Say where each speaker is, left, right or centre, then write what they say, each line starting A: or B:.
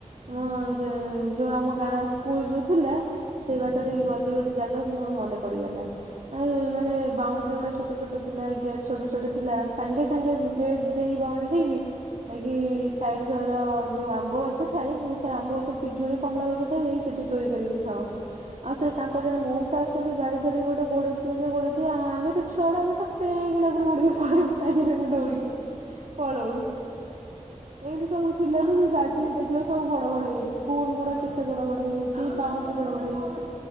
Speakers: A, on the right; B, on the right.
A: ଅଁ
B: ହୁଁ।
A: ଆମ ଯୋଉ ଆମ ଗାଁ ସ୍କୁଲ ଯୋଉ ଥିଲା ସେଇ
B: ହୁଁ
A: ବାଟ ଦେଇ ଗଲି ଗୋଟେ ଜାଗାକୁ ମୋର ମନେ ପଡିଗଲା ଆଉ ମାନେ ବାଉଣ୍ଡରି ଗୁଡ଼ା ଛୋଟ ଛୋଟ ଥିଲା ଗେଟ୍ ଛୋଟ ଛୋଟ ଥିଲା ସାଙ୍ଗେ ସାଙ୍ଗେ ଗେଟ ଦେଇକି ବାଉଡି ଦେଇକି ଜାଇକି ସାଇଡ ଘର ଯୋଉ ଆମ୍ବ ଗଛ ଥାଏ ବହୁତ ସାରା ଆମ୍ବ ଗଛ ପିଜୁଳି କମଳା ଗଛ ଥାଏ ଯାଇକି ସେଠି ଚୋରି କରିକି ଖାଉ। ଆଉ ସେ ତାଙ୍କ ଜଣେ ମଉସା ଅଛନ୍ତି ବାଡି ଧରି ଗୋଟେ ଗୋଡେଇଥିବେ ଯେ ଗୋଡେଇଥିବ ଆମେ ତ ଛୁଆ ଗୁଡ଼ାକ ଆମେ ତ ନାକୁ ଉଡ଼ିକ ପଲେଇବୁ ସାଙ୍ଗେ ସାଙ୍ଗେ ଦୌଡିକି ପଳଉ ଏମିତି ସବୁ ଥିଲାନି
B: ଆଉ
A: ଯେ ସେ ଆଜି ଦେଖି ସବୁ ବଡ ବଡ ହେଇଯାଇଛି ସ୍କୁଲ ଗୁଡା
B: ହଁ
A: କେତେ ବଡ ବଡ଼ ହେଇଯାଇଛି
B: ଆଉ
A: ବାଉଣ୍ଡରୀ
B: ତମେ କେବେ
A: ବଡ ବଡ
B: ତମ
A: ହେଇଯାଇଛି।